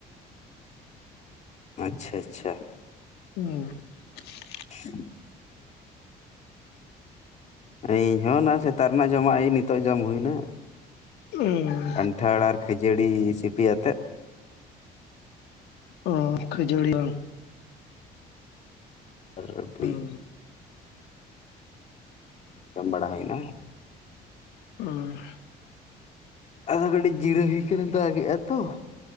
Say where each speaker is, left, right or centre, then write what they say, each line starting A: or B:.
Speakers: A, on the left (about 40°); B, on the left (about 75°).
A: ᱟᱪᱷᱟ ᱟᱪᱷᱟ ᱾
B: ᱚᱸᱻ ᱾
A: <unintelligible> ᱤᱧ ᱦᱚᱸ ᱚᱱᱟ ᱥᱮᱛᱟ ᱨᱮᱱᱟᱜ ᱡᱚᱢᱟᱜ ᱟᱭ ᱱᱤᱛᱚᱜ ᱡᱚᱢ ᱦᱩᱭᱱᱟ᱾
B: ᱚ ᱸᱻ ᱾
A: ᱯᱟᱴᱷᱟᱲ <unintelligible> ᱟᱨ ᱠᱷᱟᱡᱟᱹᱲᱤ ᱥᱤᱯᱤᱭᱟᱛᱮᱫ
B: ᱚ ᱠᱷᱟᱹᱡᱟᱹᱲᱤ ᱵᱟᱝ <unintelligible>
A: ᱟᱨ ᱨᱽᱵᱤ
B: ᱦᱩᱸ
A: <unintelligible> ᱡᱚᱢ ᱵᱟᱲᱟ ᱦᱩᱭᱱᱟ <inaudible>
B: ᱚ <unintelligible>
A: ᱟᱫᱚ ᱠᱟᱹᱴᱤᱡ ᱡᱤᱨᱟᱹ ᱦᱩᱭ ᱠᱟᱱᱟ ᱫᱟᱜ ᱮᱼᱟ ᱛᱚ